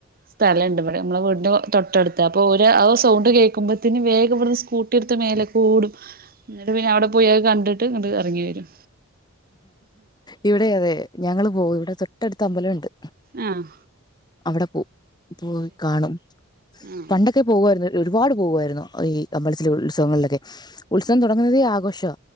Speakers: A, on the right (about 40°); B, on the left (about 20°).
A: സ്ഥലണ്ട് വടെ മ്മളെ വീടിന്റെ തൊട്ടട് ത്താ പ്പൊ ഓരാ ആ സൗണ്ട് കേക്കുമ്പോത്തിന് വേഗം വ്ട്ന്ന് സ്കൂട്ടി ട്ത്ത് മേലേക്കോടും ന്ന്ട്ട് പിന്നെ അവടെ പോയി അത് കണ്ട്ട്ട് ഇങ്ങട്ട് എറങ്ങി വെരും.
B: ഇവടെ അതെ ഞങ്ങള് പോവും ഇവടെ തൊട്ടട്ത്ത് അമ്പലണ്ട്.
A: ആഹ്
B: അവടെ പോവും പോയി കാണും
A: ആ
B: പണ്ടൊക്കെ പോവാര്ന്നു ഒരുപാട് പോവാര്ന്നു ഈ അമ്പലത്തില് ഉത്സവങ്ങളിലെക്കെ ഉത്സവം തൊടങ്ങുന്നതേ ആഘോഷാ